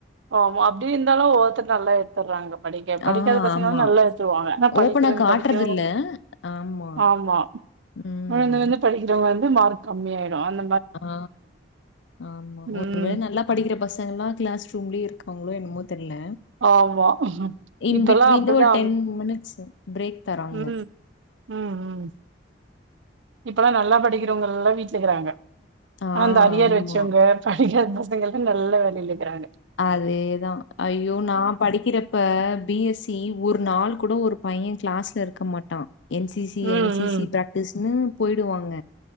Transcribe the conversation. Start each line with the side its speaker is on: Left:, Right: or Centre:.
Right: ஆமா அப்டி இருந்தாலு ஒவ்வொருத்தட்ட நல்லா <unintelligible> <unintelligible> படிக்க படிக்காத
Left: ஆ
Right: பசங்க
Left: ஆமா.
Right: நல்லா எடுத்துருவாங்க ஆனா படிக்கிறே
Left: ஓப்பனா காட்டுறதில்ல.
Right: படிக்கிறோ
Left: ஆமா
Right: ஆமா
Left: ம்.
Right: விழுந்து விழுந்து படிக்கிறவ வந்து மார்க் கம்மியாயிடு அந்
Left: ஆ ஆமா
Right: ம்
Left: ஒரு வேள நல்லா படிக்கிற பசங்கல்லா கிளாஸ் சொல்லிருக்காங்களோ என்னமோ தெர்ல
Right: ஆமா
Left: இன்
Right: இப்பல்லா
Left: பிட் வின்
Right: அப்டிதா
Left: த ஒரு டென் மினிட்ஸ் சார் பிரேக் தராங்க.
Right: ம் ம் ம் இப்பல்லா நல்லா படிக்கிறவங்கல்லா வீட்ல இருக்றாங்க
Left: ஆ
Right: ஆனா அந்த அரியர்
Left: ஆமா.
Right: வச்சவங்க படிக்காத பசங்கல்லா நல்லா வேலையில இருக்றாங்க
Left: அதேதா ஐயோ நா படிக்கிறப் இப்ப பி எஸ் சி ஒரு நாள் கூட ஒரு பைய கிளாஸ்ல இருக்க மாட்டா N C C
Right: ம்
Left: N C சி
Right: ம்
Left: பிராக்டிஸ்ன்னு போயிடுவாங்க